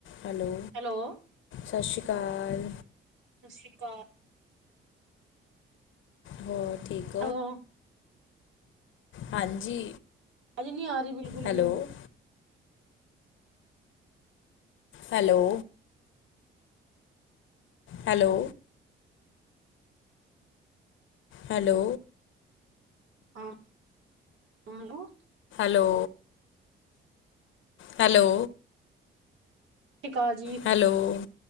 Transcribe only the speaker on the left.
hello
ਸਤਿ ਸ਼੍ਰੀ ਅਕਾਲ
ਹੋ ਠੀਕ
ਹਾਂਜੀ
ਹੈਲੋ
ਹੈਲੋ ਹੈਲੋ ਹੈਲੋ
ਲੋ ਹੈਲੋ
ਹੈਲੋ